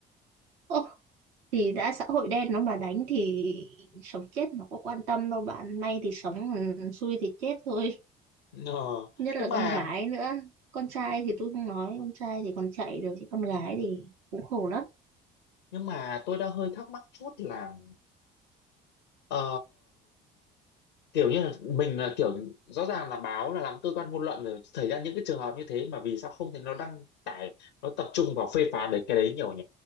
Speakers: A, on the right (about 75°); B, on the left (about 80°).
A: ô thì đã xã hội đen nó mà đánh thì sống chết nó có quan tâm đâu bạn may thì sống ừ, xui thì chết thôi
B: Ờ,
A: nhất là
B: nhưng mà
A: con gái nữa con trai thì tôi không nói con trai thì còn chạy được chứ con gái thì cũng khổ lắm
B: nhưng mà tôi đang hơi thắc mắc chút là ờ, kiểu như là mình là kiểu rõ ràng là báo là làm cơ quan ngôn luận rồi xảy ra những cái trường hợp như thế mà vì sao không thấy nó đăng tải nó tập trung vào phê phán đấy cái đấy nhiều nhỉ